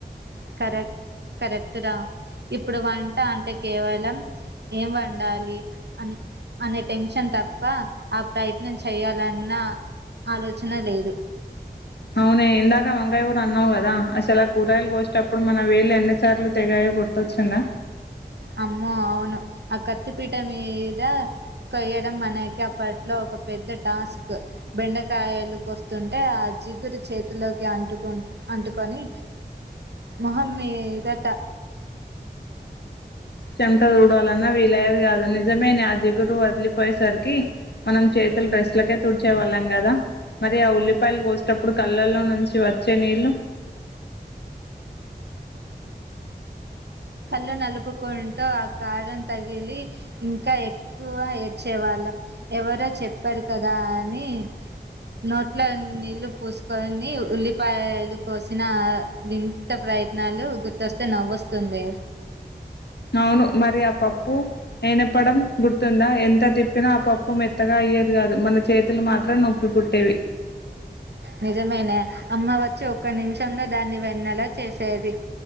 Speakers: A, on the right; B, on the left.
A: కరెక్ట్ కరెక్ట్ రా ఇప్పుడు వంట అంటే కేవలం ఏం వండాలి అ అనే టెన్షన్ తప్ప ఆ ప్రయత్నం చేయాలన్న ఆలోచన లేదు
B: అవున ఇందాక వంకాయ ూర అన్నావు కదా అసలా కూరయలు కోసేటప్పుడు మన వేళ్ళు ఎండుసార్లు తెగాయ గుర్తొచ్చిందా
A: అమ్మో అవును ఆ కత్తిపీట మీద కొయడం మనకి అప్పట్లో ఒక పెద్ద టాస్క్ బెండకాయలు కొస్తుంటే ఆ జిగురు చేతిలోకి అంటుకు అంటుకొని మొహం మీదట
B: చెంట తుడువాలన్నా వీలయ్యేది కాదు నిజమేనే ఆ జిగురు వదిలిపోయేసరికి మనం చేతులు డ్రెస్లకే తుడిచే వాళ్ళం కదా మరి ఆ ఉల్లిపాయలు కోసేటప్పుడు కళ్ళల్లో నుంచి వచ్చే నీళ్ళు
A: హళ్ళ నలుపుకుంటూ ఆ కారం తగిలి ఇంకా ఎక్కువ ఏడ్చేవాళ్ళం ఎవరో చెప్పారు కదా అని నోట్లో నీళ్లు పూసుకొని ఉల్లిపాయలు కోసిన వింత ప్రయత్నాలు గుర్తొస్తే నవ్్వవుస్తుంది
B: అవును మరి ఆ పప్పు నునపడం గుర్తుందా ఎంత తిప్పినా ఆ పప్పు మెత్తగా అయ్యేది కాదు మన చేతులు మాత్రం నొప్పి పుట్టేవి
A: నిజమైనే అమ్మా వ ఒకక్క నిమిషంలో దాన్ని వెన్నెలా చేసేది